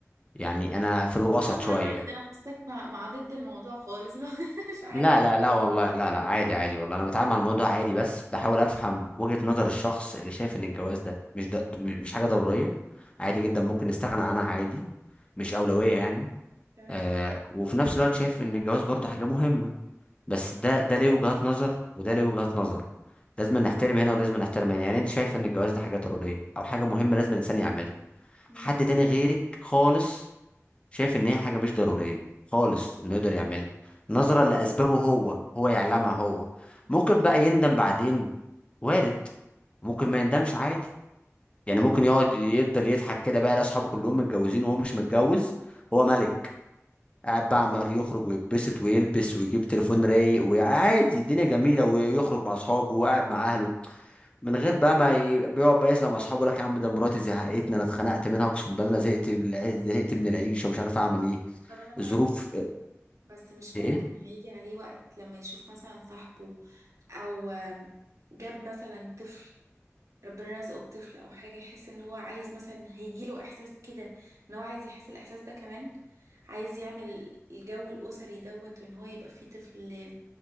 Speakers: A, on the left; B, on the right.
A: يعني انا في الوسط
B: شوف
A: شويه
B: حرام عليك ده انا حاساك مع مع ضد الموضوع خالص <laughs> لو مش عارف
A: لا لا لا والله لا لا عادي عادي والله انا بتعامل مع الموضوع عادي بس بحاول افهم وجهه نظر الشخص اللي شايف ان الجواز ده مش ده مش حاجه ضروريه
B: مم.
A: عادي جدا ممكن نستغنى عنها عادي مش اولويه يعني
B: تمام
A: آه وفي نفس الوقت شايف ان الجواز برضه حاجه مهمه بس ده ده ليه وجهات نظر وده ليه وجهات نظر لازم نحترم هنا ولازم نحترم هنا يعني انت شايف ان الجواز ده حاجه ضروريه او حاجه مهمه لازم الانسان يعملها
B: مم.
A: حد تاني غيرك خالص شايف ان هي حاجه مش ضروريه خالص انه يقدر يعملها نظرا لاسبابه هو هو يعلمها هو
B: مم.
A: ممكن بقى يندم بعدين وارد ممكن ما يندمش عادي يعني ممكن يقعد يفضل يضحك كده بقى لاصحابه كلهم متجوزين وهو مش متجوز هو ملك قاعد بقى عمال يخرج ويتبسط ويلبس ويجيب تليفون رايق وعادي الدنيا جميله ويخرج مع اصحابه وقاعد مع اهله من غير بقى ما ي- بيقعد بقى يسمع مع اصحابه يقول لك يا عم ده مراتي زهقتني انا اتخنقت منها اقسم بالله انا زهقت بالع- زهقت من العيشه ومش عارف اعمل ايه
B: طب انا معاك
A: الظروف
B: بس مش
A: ايه
B: ممكن هيجي عليه وقت لما يشوف مثلا صاحبه او آم، جاب مثلا طفل ربنا رزقه بطفل او حاجه يحس ان هو عايز مثلا هيجيله احساس كده ان هو عايز يحس الاحساس ده كمان عايز يعمل الجو الاسري دوت وان هو يبقى فيه طفل